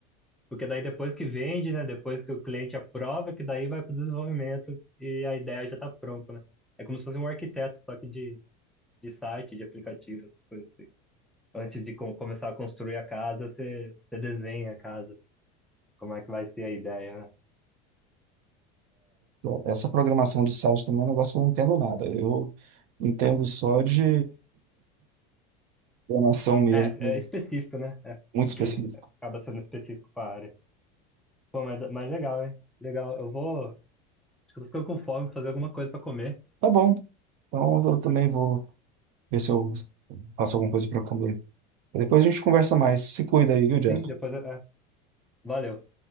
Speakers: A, in the centre; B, on the right (about 45°).
A: Porque daí depois que vende, né? Depois que o cliente aprova, que daí vai para o desenvolvimento e a ideia já está pronta, né? É como se fosse um arquiteto, só que de, de site, de aplicativo, essas coisas assim. Antes de co- começar a construir a casa, você, você desenha a casa, como é que vai ser a ideia, né?
B: essa programação de site também é um negócio que eu não entendo nada. Eu entendo só de <laughs> programação mesmo,
A: É, é específico, né? É,
B: muito
A: é
B: específico.
A: bem, acaba sendo específico para a área. Pô, mas, mas legal, hein? Legal. Eu vou. Acho que eu tô ficando com fome, fazer alguma coisa para comer.
B: Tá bom. Então eu também vou ver se eu faço alguma coisa pra comer. Depois a gente conversa mais. Se cuida aí, viu, Jack?
A: Sim, depois. É, é. valeu.